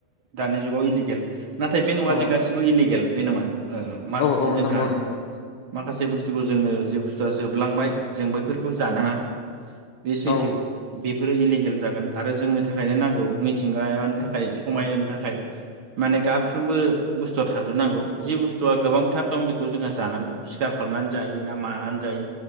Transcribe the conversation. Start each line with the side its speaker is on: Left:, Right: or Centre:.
Right: दानि जुगाव इलिगेल नाथाय बे न'आ
Left: औ
Right: जे गासिबो इलिगेल बे नङा ओ माखासे
Left: औ औ
Right: जोंहा
Left: नंगौ नंगौ
Right: माखासे बस्थु जे बुस्थुखौ जोङो जे बस्थुआ जोबलांबाय जों बैफोरखौ जानाङा बे सैथो
Left: औ
Right: बेफोरो इलिगेल जोन आरो जोंनि थाखायनो नांगौ मिथिंगानि थाखाय समाय होनो थाखाय माने गाफ्रोमबो बुस्थुआ थाजोबनांगौ जि बुस्थुआ गोबांथार दं बेखौ जोंहा जानांगौ सिखार खालामनानै जायो ना मानानै जायो।